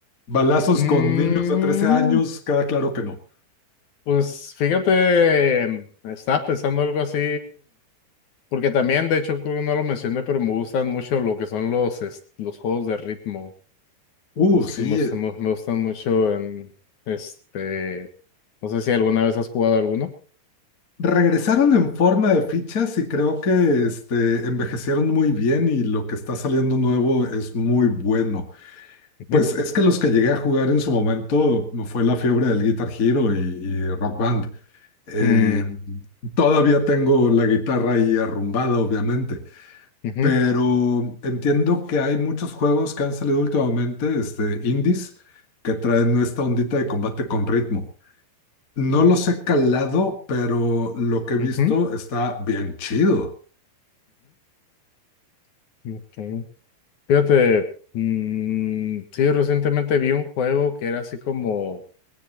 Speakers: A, on the left; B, on the left.
A: balazos
B: Mm,
A: con niños de 13 años, cada claro que no.
B: pues fíjate, estaba pensando algo así. Porque también, de hecho, creo que no lo mencioné, pero me gustan mucho lo que son los, es- los juegos de ritmo.
A: Uh,
B: Me gustan,
A: sí,
B: me gustan
A: eh,
B: me gustan mucho en este. No sé si alguna vez has jugado alguno.
A: regresaron en forma de fichas y creo que este, envejecieron muy bien y lo que está saliendo nuevo es muy bueno.
B: Ujú,
A: Pues es que los que llegué a jugar en su momento fue la fiebre del Guitar Hero y, y Rock Band. Eh,
B: mm,
A: todavía tengo la guitarra ahí arrumbada, obviamente.
B: ujú,
A: pero entiendo que hay muchos juegos que han salido últimamente, este, indies, que traen esta ondita de combate con ritmo. No los he calado, pero lo que he
B: ujú,
A: visto está bien chido.
B: ujú, ok. Fíjate, mm, sí, recientemente vi un juego que era así como,